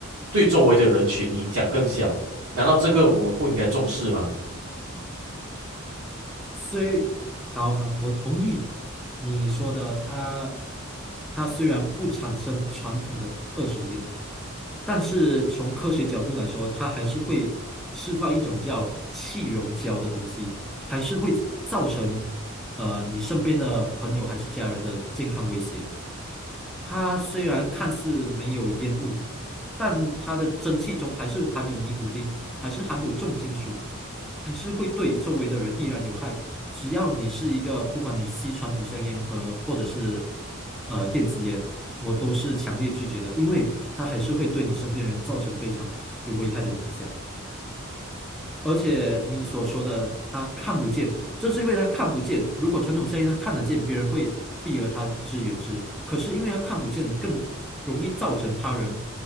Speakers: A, on the right; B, in the centre.
A: 对周围的人群影响更小。难道这个我们不应该重视吗？
B: 虽好好，我同意你说的，它它虽然不产生传统的二手烟，但是从科学角度来说，它还是会释放一种叫气溶胶的东西，还是会造成呃你身边的朋友还是家人的健康威胁。它虽然看似没有烟雾，但它的蒸汽中还是含有尼古丁，还是含有重金属，还是会对周围的人依然有害。只要你是一个，不管你吸传统香烟和或者是呃电子烟，我都是强烈拒绝的，因为它还是会对你身边人造成非常有危害的影响。而且你所说的他看不见，正是因为他看不见。如果传统生意他看得见，别人会避而他之远之。可是因为他看不见，更容易造成他人